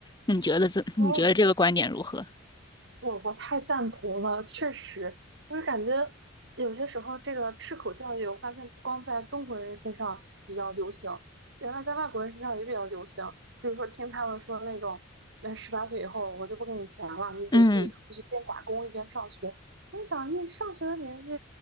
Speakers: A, on the left (about 20°); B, on the right (about 65°).
A: 你觉得这 <laughs> 你觉得这个观点如何？
B: 哦。我我太赞同了，确实，我就感觉有些时候这个吃苦教育，我发现不光在中国人身上比较流行，原来在外国人身上也比较流行。比如说听他们说那种，那十八岁以后我就不给你钱了，你得自己出去边打工一边上学。
A: 嗯，
B: 我就想，你上学的年纪，